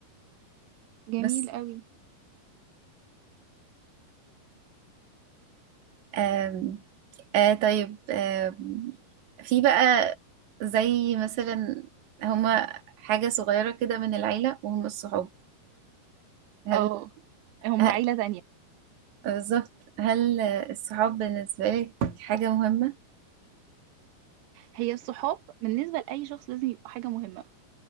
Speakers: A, on the right; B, on the right.
A: جميل
B: بس
A: قوي
B: آم آه طيب آم في بقى زي مثلا هما حاجة صغيرة كده من العيلة وهم الصحاب هل,
A: اه هم
B: هل
A: عيلة تانية
B: بالظبط هل الصحاب بالنسبة لك حاجة مهمة؟
A: هي الصحاب بالنسبة لأي شخص لازم يبقوا حاجة مهمة